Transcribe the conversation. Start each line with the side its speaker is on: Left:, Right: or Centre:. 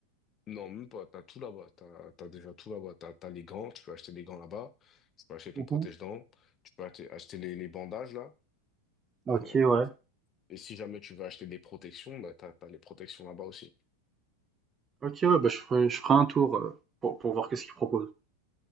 Left: Non, même pas, t'as tout là-bas, t'as, t'as déjà tout là-bas. T'as, t'as les gants, tu peux acheter les gants là-bas, tu peux acheter ton
Right: Mhm.
Left: protège-dents, tu peux acheter, acheter les, les bandages là.
Right: Ok,
Left: Euh,
Right: ouais.
Left: et si jamais tu veux acheter des protections, bah, t'as, t'as les protections là-bas aussi.
Right: Ok, ouais, bah, je ferai, je ferai un tour, euh, pour, pour voir qu'est-ce qu'ils proposent.